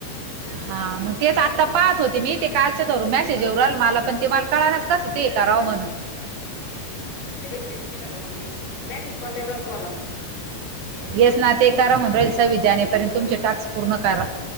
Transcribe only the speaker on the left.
रिफ्रेश केला का मग येईल ना मॅसेज कोणत्या <unintelligible>